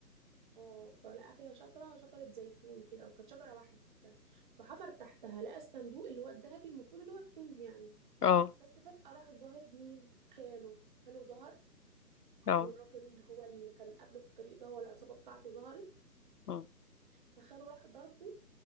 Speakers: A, on the right; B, on the left.
A: اه فلقى فيها شجره شجره زيتون كده وكانت شجره واحده فحفر تحتها لقى الصندوق اللي هو الذهبي المفروض اللي هو الكنز يعني
B: اه
A: بس فجاه راح ظاهر مين خاله خاله ظهر
B: اه
A: والراجل اللي هو اللي كان قابله في الطريق ده هو العصابه بتاعته ظهرت
B: أمم.
A: فخاله راح ضربه